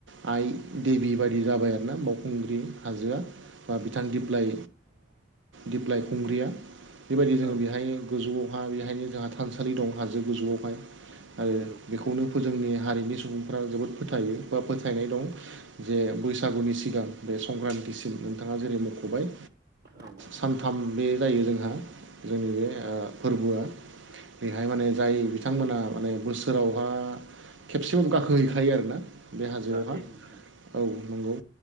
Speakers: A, on the right (about 80°); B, on the right (about 55°).
A: आइ देबि बायदि जाबाय आरोना बावखुंग्रि हाजोआ बा बिथां दिप्लाइ दिप्लाइ खुंग्रिया बेबायदि जोङो
B: औ
A: बेहाय गोजौआवहा बेहायनो जोंहा थानसालि दं हाजो गोजौआवहाय आरो
B: नंगौ
A: बेखौनो जोंनि हारिनि सुबुंफ्रा जोबोद फोथायो बा फोथायनाय दं जे बैसागुनि सिगां बे संक्रान्तिसिम नोंथाङा जेरै मख'बाय
B: औ
A: सानथाम बे जायो जोंहा जोंनि बे फोरबोआ बेहाय माने जाय बिथांमोना माने बोसोरावहा खेबसेबाबो गाखो हैैखायो आरोना बे हाजोआवहा
B: गाखोयो नोंथां
A: औ नंगौ